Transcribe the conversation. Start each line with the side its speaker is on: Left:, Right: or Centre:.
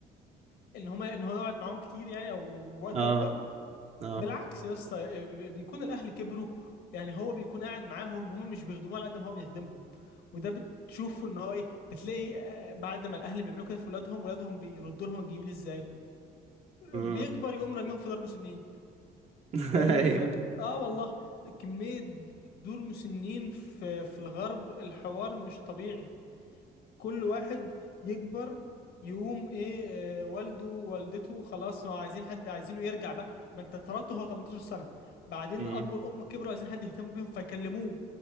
Left: ان هما ان هو يقعد معاهم كتير يعني او وقت
Right: اه
Left: اكبر
Right: اه
Left: بالعكس يا اسطى بي- بيكون الاهل كبروا يعني هو بيكون قاعد معاهم هما مش بيخدموه على قد ما هو بيخدمهم وده بتشوفه ان هو ايه بتلاقي آه، بعد ما الاهل بيعملوا كده في ولادهم ولادهم بيردوا لهم الجميل ازاي
Right: امم
Left: بيكبر يقوم راميهم في دار مسنين
Right: <laughs>
Left: فاهمني
Right: ايوه
Left: ف اه والله كمية دور مسنين في في الغرب الحوار مش طبيعي كل واحد يكبر يقوم ايه آه، والده ووالدته خلاص ما عايزين حد عايزينه يرجع بقى ما انت اتطردت هو 18 سنة بعدين
Right: ايوه
Left: الاب والام كبروا عايزين حد يهتم بيهم فيكلموه